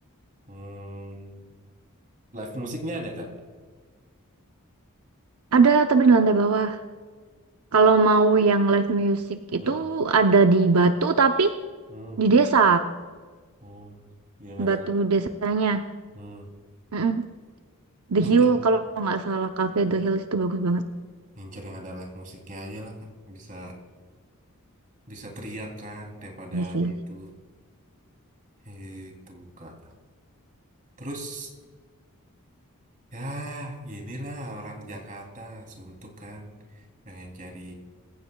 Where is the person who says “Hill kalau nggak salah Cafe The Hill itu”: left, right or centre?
Right